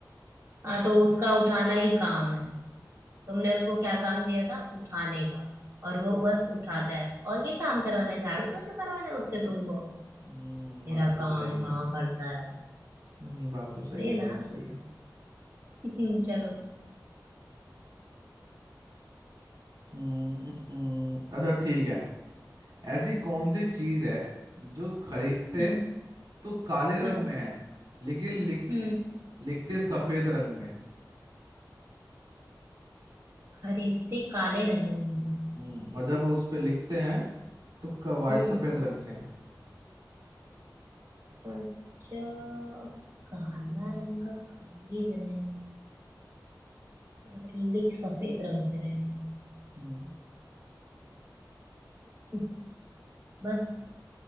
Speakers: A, on the right; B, on the right.
A: हाँ तो उसका उठाना ही काम है तुमने उसको क्या काम दिया था उठाने का और वो बस उठाता है और ये काम करवाना है झाड़ू पोछा करवाना है उससे तुमको
B: हम्म
A: मेरा
B: बात तो
A: काम
B: सही है
A: कहाँ करता है
B: नहीं बात तो सही
A: ये
B: है
A: ना
B: बात तो सही है
A: <laughs> चलो
B: हम्म हम्म, हम्म, अच्छा ठीक है ऐसी कौन सी चीज है जो खरीदते
A: हम्म
B: तो काले रंग
A: हाँ
B: में है लेकिन लिख
A: हम्म
B: लिखते सफेद रंग में है
A: खरीदते काले रंग में हैं।
B: हम्म और जब उस पे लिखते हैं तो क- वाइट
A: हम्म
B: सफेद रंग से है
A: अच्छा काला रंग का खरीद रहे हैं और लिख सफेद रंग से रहे हैं
B: हम्म
A: <laughs> बस